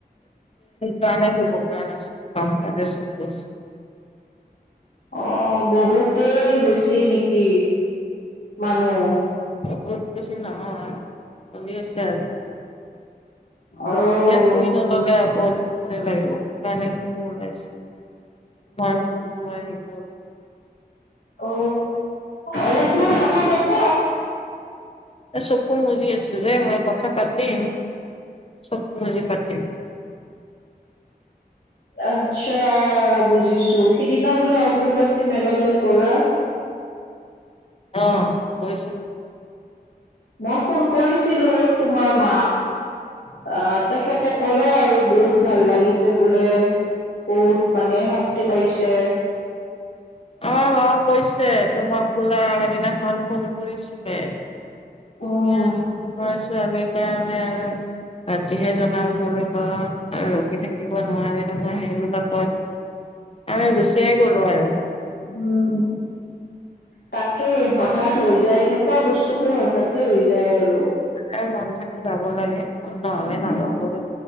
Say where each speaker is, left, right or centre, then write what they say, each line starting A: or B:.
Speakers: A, on the left; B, on the left.
A: কাৰ নে খুব অপৰান আছে কাম কাজ চছে
B: অহ বহুতেই বেছি নেকি মানুহ
A: বহুত বেছি নহয় চব আছে।
B: অ'
A: যে কই ন ল'লে আকৌ ম লাগিব কাৰাইছে মটো অহ গ
B: অ অলচনা কথা বাত
A: এ চকু মুজি আছো যে মই কথা পাতিম। চব মজে পতে
B: আচ্ছা বুজিছো সিদিনা বোলে অম্বুবাচী মেলালৈ গলা।
A: অ গৈছে।
B: মই ফোন কৰিছিলো তোমাৰ মাক অ তেখেতে কলে আৰু বহুত ভাল লাগিছে বোলে বহুত মানে শক্তি পাইছে।
A: আমাৰ ম কৈছে তোমাক কোলে আগদিনাখন ফোন কৰিছিলে। তুমি
B: উম
A: আৰু তোমাৰ ছোৱালীৰ কাৰণে আৰু ৰাতিহে জনা হলে। ৰখি থাকিব নোৱাৰে তমে সেইবিলাকত আমি গুচিয়ে গলো আৰু।
B: উম। তাকে হঠাৎ হৈ যায়, এনেকুৱা বস্তুবোৰ হঠাতে হৈ যায় আৰু।
A: আৰু মন থাকে যাব লাগে নহ'লে
B: উম
A: নাজাও বুলি